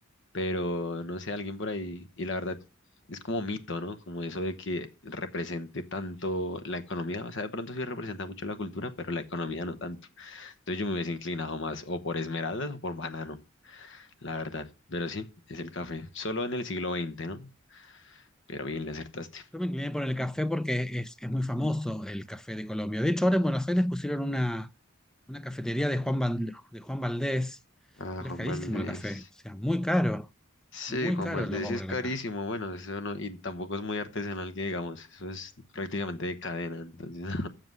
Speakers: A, on the left; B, in the centre.
A: pero no sé, alguien por ahí, y la verdad es como mito, ¿no? Como eso de que represente tanto la economía, o sea, de pronto sí representa mucho la cultura, pero la economía no tanto. Entonces yo me hubiese inclinado más o por esmeraldas o por banano, la verdad. Pero sí, es el café. Solo en el siglo XX, ¿no? Pero bien, le acertaste.
B: Yo me incliné por el café porque es, es muy famoso el café de Colombia. De hecho, ahora en Buenos Aires pusieron una, una cafetería de Juan, Val- de Juan Valdés,
A: Ah,
B: pero
A: Juan
B: es carísimo
A: Valdés.
B: el café. O sea, muy caro,
A: Sí,
B: muy
A: Juan
B: caro
A: Valdés
B: lo cobran
A: sí es carísimo.
B: acá.
A: Bueno, eso no, y tampoco es muy artesanal que digamos. Eso es prácticamente de cadena, entonces <laughs> no,